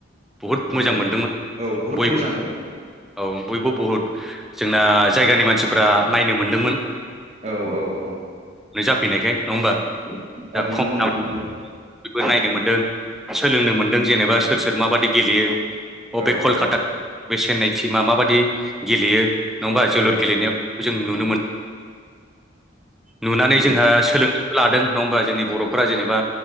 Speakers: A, in the centre; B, on the right.
A: बुहुद मोजां
B: औ
A: मोनदोंमोन
B: औ बहुद
A: बयबो
B: मोजां औ
A: <unintelligible> औ बयबो बुहुद जोंना जायगानि मानसिफ्रा नायनो मोनदोंमोन।
B: औ औ औ
A: जाफैनायखाय नङा होमबा दा
B: औ
A: खम
B: नंगौ
A: दाम
B: नोंथां नंगौ।
A: बयबो नायनो मोन्दों सोलोंनो मोन्दों जेनेबा सोर सोर माबादि गेलेयो। बबे
B: औ
A: कलकाता
B: औ
A: बबे चेन्नाइ टिमा माबादि गेलेयो होमबा
B: औ
A: जोलुर गेलेनायाव जों नुनो मोनो <unintelligible> नुनानै
B: उम
A: जोंहा सोलों लादों नङा होमबा जोंनि बर'फोरा जेनेबा